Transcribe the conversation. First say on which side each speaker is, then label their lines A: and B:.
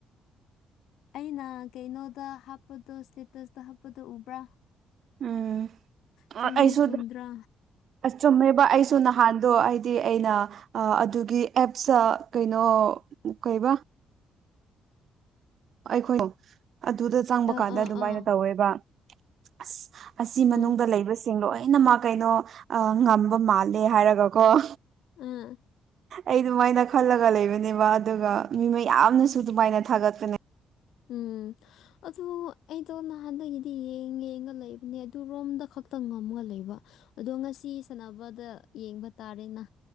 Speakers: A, on the left; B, on the right.
A: ꯑꯩꯅ ꯀꯩꯅꯣꯗ ꯍꯥꯞꯄꯗꯣ ꯁꯇꯦꯇꯁꯇ ꯍꯥꯞꯄꯗꯣ ꯎꯕ꯭ꯔꯥ
B: ꯎꯝ
A: ꯆꯨꯝꯗꯤ
B: ꯑꯩꯁꯨ
A: ꯆꯨꯝꯗ꯭ꯔꯥ
B: ꯑꯁ ꯆꯨꯝꯃꯦꯕ ꯑꯩꯁꯨ ꯅꯍꯥꯟꯗꯣ ꯍꯥꯏꯗꯤ ꯑꯩꯅ ꯑꯥ ꯑꯗꯨꯒꯤ ꯑꯦꯞꯁꯇ ꯀꯩꯅꯣ ꯀꯩꯕ ꯑꯩꯈꯣꯏꯗ‌ꯣ ꯑꯗꯨꯗ ꯆꯪꯕ
A: ꯑꯥ
B: ꯀꯥꯟꯗ
A: ꯑꯥ
B: ꯑꯗꯨꯃꯥꯏꯅ
A: ꯑꯥ
B: ꯇꯧꯋꯦꯕ ꯑꯁ ꯑꯁꯤ ꯃꯅꯨꯡꯗ
A: ꯑꯥ
B: ꯂꯩꯕꯁꯤꯡ ꯂꯣꯏꯅ ꯃꯥ ꯀꯩꯅꯣ ꯑꯥ ꯉꯝꯕ ꯃꯥꯜꯂꯦ ꯍꯥꯏꯔꯒ ꯀ‌ꯣ
A: ꯎꯝ
B: ꯑꯩ ꯑꯗꯨꯃꯥꯏꯅ ꯈꯜꯂꯒ ꯂꯩꯕꯅꯦꯕ ꯑꯗꯨꯒ ꯃꯤ ꯃꯌꯥꯝꯅꯁꯨ ꯑꯗꯨꯃꯥꯏꯅ ꯊꯥꯒꯠꯄꯅꯦ
A: ꯎꯝ ꯑꯗꯨ ꯑꯩꯗꯣ ꯅꯍꯥꯟꯗꯒꯤꯗꯤ ꯌꯦꯡ ꯌꯦꯡꯉ ꯂꯩꯕꯅꯦ ꯑꯗꯨ ꯔꯣꯝꯗ ꯈꯛꯇ ꯉꯝꯃꯒ ꯂꯩꯕ ꯑꯗꯣ ꯉꯁꯤ ꯁꯥꯟꯅꯕꯗ ꯌꯦꯡꯕ ꯇꯥꯔꯦꯅ